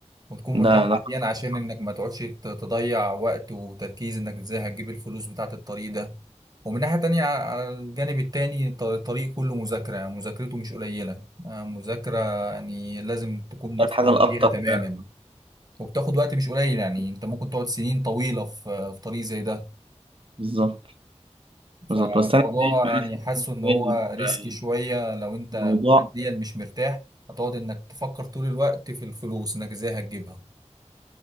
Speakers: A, on the right; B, on the right.
A: وتكون مرتاح
B: ده ده
A: نفسيا عشان
B: صح.
A: انك ما تقعدش ت- تضيع وقت وتركيز انك ازاي هتجيب الفلوس بتاعة الطريق ده ومن ناحية تانية ع- على الجانب التاني الط- الطريق كله مذاكرة يعني مذاكرته مش قليلة آه، مذاكرة يعني لازم تكون متفرغ
B: ده الحاجة الأكتر
A: ليها تماما
B: فعلا
A: وبتاخد وقت مش قليل يعني انت ممكن تقعد سنين طويلة في في طريق زي ده
B: بالظبط
A: فالموضوع
B: بالظبط بس أنا شايف إن
A: يعني
B: إحنا
A: حاسه ان هو ريسك
B: في
A: شوية لو انت
B: الموضوع
A: ماديا مش مرتاح هتقعد انك تفكر طول الوقت في الفلوس انك ازاي هتجيبها